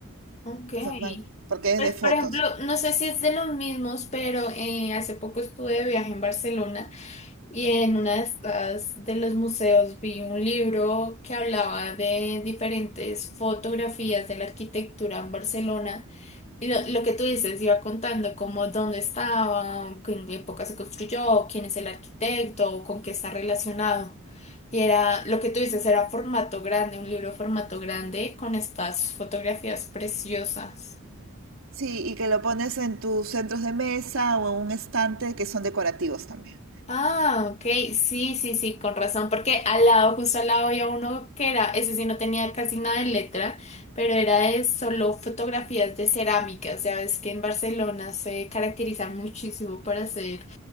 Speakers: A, on the left; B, on the right.
A: Ok.
B: Son- van- porque es
A: Pues,
B: de fotos.
A: por ejemplo, no sé si es de los mismos, pero eh, hace poco estuve de viaje en Barcelona. Y en una de estas de los museos vi un libro que hablaba de diferentes fotografías de la arquitectura en Barcelona. Y lo, lo que tú dices, iba contando como dónde estaba, en qué época se construyó, quién es el arquitecto o con qué está relacionado. Y era, lo que tú dices, era formato grande, un libro formato grande con estas fotografías preciosas.
B: Sí, y que lo pones en tus centros de mesa o en un estante que son decorativos también.
A: Ah, ok, sí, sí, sí, con razón, porque al lado, justo al lado había uno que era, ese sí no tenía casi nada de letra, pero era de solo fotografías de cerámicas, ya ves que en Barcelona se caracteriza muchísimo por hacer